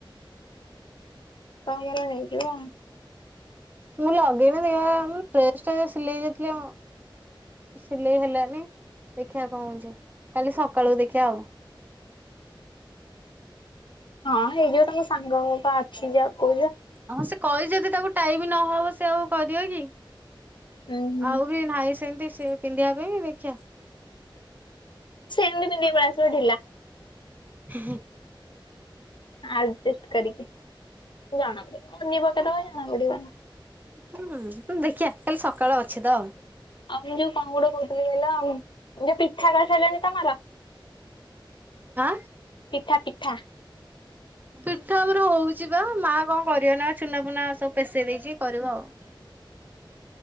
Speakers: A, on the left; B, on the right.
A: ତମର ହେଇଯିବ।
B: ମୁଁ ଲଗେଇନି ଡ୍ରେସ ଟା ଯ ସିଲେଇ ଯାଇଥିଲି ସିଲେଇ ହେଲାନି ଦେଖିବା କଣ କହୁଛି କାଲି ସକାଳକୁ ଦେଖିବା ଆଉ।
A: ହଁ ଏଇ ଯୋଉ ତମ ସାଙ୍ଗ ବା ଅଛି ଯାହା କହୁ ଯା
B: ହଁ ସେ କହି ଯଦି ତାକୁ ଟାଇମ୍ ବି ନହବ ସେ ଆଉ କରିବକି
A: ଉୁଁ ହୁଁ
B: ଆଉ ବି ନାଇ ସେମତି ସେ ପିନ୍ଧିବା ପାଇଁ ବି ଦେଖିବା
A: ସେମିତି ପିନ୍ଧିକି ଆସିବୁ ଧିଲା।
B: ହ
A: ଅଜେଷ୍ଟ କରିକି। ଜଣା ପଡିବ ଅନି ଚୁନି ପକେଇଦାବ ତ ଜଣା ପଡିବ।
B: ହୁଁ ଦେଖିବା କାଲି ସକାଳେ ଅଛି ତ ଆଉ।
A: ଆଉ ମୁଁ ଯୋଉ କଣ ଗୋଟେ କହୁଥିଲି କହିଲ ଯୋଉ ପିଠା କରିସାରିଲଣି। ତମର
B: ଆ
A: ପିଠା ପିଠା
B: ପିଠା ଆମର ହଉଛି ବା ମା କଣ କରିବ ନା ଛୁନା ଫୁନା ସବୁ ପେେଶେଇ ଦେଇଛି କରିବ ଆଉ।